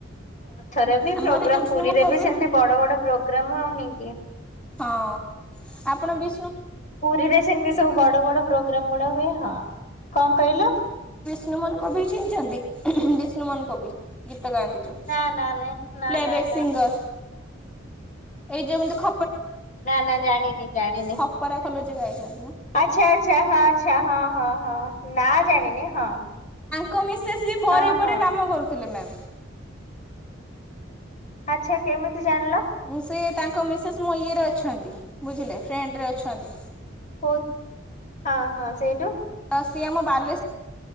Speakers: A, on the left; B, in the centre.
A: ଥରେ ବି
B: ଆମର
A: ପ୍ରୋଗ୍ରାମ
B: ଏଇ ଯୋଉ ବିଷ୍ଣୁମୋହନ
A: ପୁରୀରେ
B: କବି
A: ବି
B: ହଁ
A: ସେମତି ବଡ ପ୍ରୋଗ୍ରାମ ହଉନି କି?
B: ହଁ ଆପଣ ବି
A: ପୁରୀରେ ସେମତି ସବୁ ବଡ ବଡ ପ୍ରୋ <inaudible> ହଁ କଣ କହିଲ?
B: ବିଷ୍ଣୁ ମୋହନ କବି କି ଚିହ୍ନିଛନ୍ତି ବିଷ୍ଣୁ ମୋହନ କବି। ଗୀତ ଗାଆନ୍ତି ଯୋଉ
A: ନା ନା ରେ ନା
B: ପ୍ଲେ
A: ନା
B: ବେକ୍
A: ନା
B: ସିଙ୍ଗର। ଏଇ ଯେମିତି ଖ
A: ନା ନା ଜାଣିିନି ଜାଣିିନି
B: ଖପରା ଖୋଲ ଯିଏ ଗାଇଛନ୍ତି ମ
A: ଆଚ୍ଛା ଆଚ୍ଛା ହଁ ଆଚ୍ଛା ହଁ ହଁ ହଁ ନାଁ ଜାଣିନି ହଁ
B: କମି ସିଏ ପରେ
A: ହଁ
B: କୁଆଡେ
A: ହଁ।
B: କାମ କରୁଥିଲେ ମ୍ୟାମ <inaudible>
A: ଆଚ୍ଛା କେମିତି ଜାଣିଲ?
B: ମୁଁ ସେଇ ତାଙ୍କ ମିସେସ୍ ମୋ ଇଏରେ ଅଛନ୍ତି ବୁଝିଲେ ଫ୍ରେଣ୍ଡରେ ଅଛନ୍ତି।
A: ହଉ ହଁ ହଁ ସେଇଠୁ?
B: ତ ସିଏ ଆମ ବାଲେଶ୍ଵର